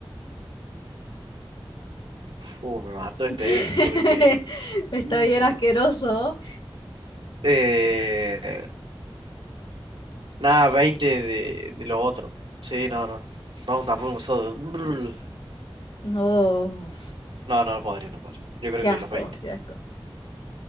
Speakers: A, on the right (about 70°); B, on the left (about 60°).
A: Uh, me mató este,
B: <laughs>
A: eh, porque...
B: Está
A: mm,
B: bien asqueroso.
A: eh, nada, 20 de, de lo otro. Sí, no, no. No, tampoco solo-
B: No,
A: No, no no podría, no podría. Yo creo
B: qué
A: que
B: asco,
A: los veinte
B: qué asco.